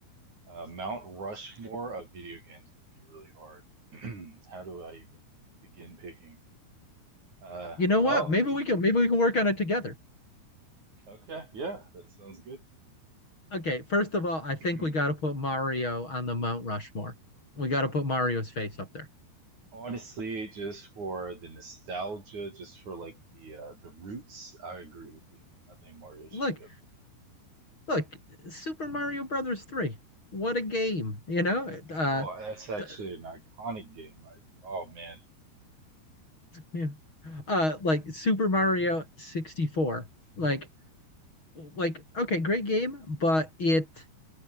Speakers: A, on the right; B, on the left.
A: Uh, Mount Rushmore of video games would be really hard. <clears throat> How do I even begin picking? Uh,
B: You know what?
A: oh,
B: Maybe we can maybe we can work on it together.
A: okay, yeah, that sounds good.
B: Okay, first of all, I think
A: <clears throat>
B: we got to put Mario on the Mount Rushmore. We got to put Mario's face up there.
A: Honestly, just for the nostalgia, just for like the uh, the roots, I agree with you. I think Mario should
B: Look,
A: be up there.
B: look, Super Mario Brothers 3. What a game, you know? Uh
A: Oh, that's actually
B: d-
A: an iconic game. I, oh man.
B: yeah. Uh like Super Mario 64. Like like okay, great game, but it